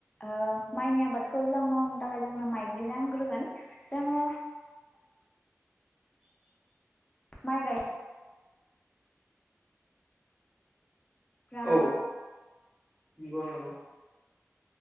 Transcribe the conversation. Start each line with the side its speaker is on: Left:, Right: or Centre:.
Left: ओ माइनि आबादखौ जों मावनो थाखाय जोंनो माइज्लि नांग्रोगोन जोङो माइ गाय ग्रा
Centre: औ नंगौ नंगौ